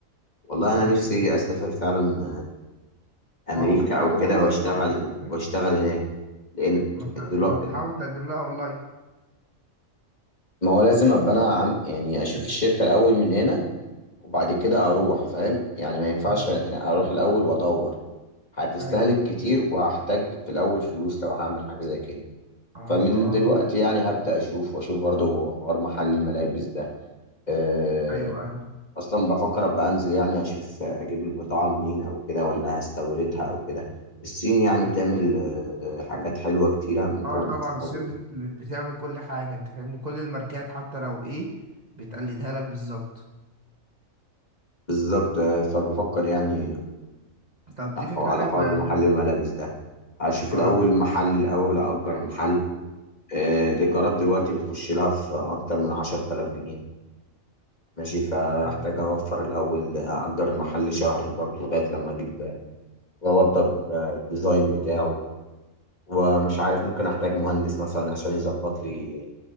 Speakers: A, on the left (about 30°); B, on the right (about 30°).
A: والله انا
B: طب اد-
A: نفسي اسافر فعلا آه، امريكا
B: ما ممكن تقدم
A: او كده
B: اونلاين
A: واشتغل
B: برضه أنت فاهم؟
A: واشتغل هناك لان
B: ما ت-
A: الدولار
B: ما تحاول تقدم لها اونلاين
A: ما هو لازم ابقى انا عم يعني اشوف الشركه الاول من هنا وبعد كده اروح فاهم يعني ما ينفعش
B: مم.
A: إن اروح الاول وادور هتستهلك
B: ايوه ايوه
A: كتير
B: فاهم.
A: وهحتاج في الاول فلوس لو هعمل حاجه زي كده
B: اها
A: فمن دلوقتي يعني هبدا اشوف واشوف برضه حوار محل الملابس ده آه،
B: ايوه ايوه
A: اصلا بفكر ابقى انزل يعني اشوف اجيب البضاعه منين او كده ولا هستوردها او كده الصين يعني بتعمل آه، آه، حاجات حلوه كتيره ممكن
B: اه
A: ابقى
B: طبعا
A: استورد
B: الصين بت... بتعمل كل حاجه انت فاهمني كل الماركات حتى لو ايه بتقلدها لك بالظبط
A: بالظبط آه، فبفكر يعني
B: طب دي فكره
A: على
B: حلوه
A: حوار
B: يعني
A: محل الملابس ده اشوف الاول
B: اه دي-
A: محل الاول اجر محل آه، الايجارات دلوقتي بتخش لها في اكتر من 10000 جنيه ماشي فاحتاج
B: أيوة.
A: اوفر الاول اجر المحل شهر برضه لغايه لما اجيب آه، واوضب آه، الديزاين بتاعه ومش عارف ممكن احتاج مهندس مثلا عشان يظبط لي